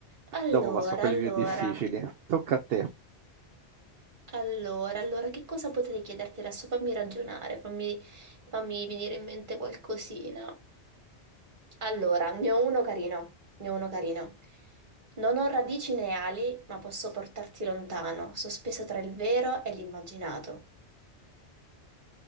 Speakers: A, on the right; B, on the right.
A: Allora,
B: Dopo passo a quelli
A: allora,
B: più difficili. Tocca a te.
A: allora, allora, che cosa potrei chiederti adesso? Fammi ragionare, fammi, fammi venire in mente qualcosina. Allora, ne ho uno carino, ne ho uno carino. Non ho radici né ali, ma posso portarti lontano, sospeso tra il vero e l'immaginato.